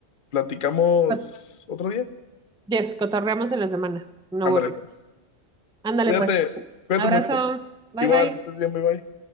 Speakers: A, on the left (about 50°); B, in the centre.
A: platicamos
B: Cot-
A: otro día?
B: Yes, cotorreamos en la semana. No
A: Ándale,
B: worries.
A: pues.
B: Ándale
A: Cuídate,
B: pues.
A: cuídate
B: Abrazo.
A: mucho.
B: Bye
A: Igual,
B: bye.
A: que estés bien, bye bye.